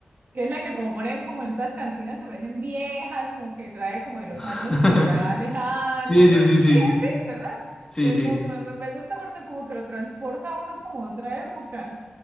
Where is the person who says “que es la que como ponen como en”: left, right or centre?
Right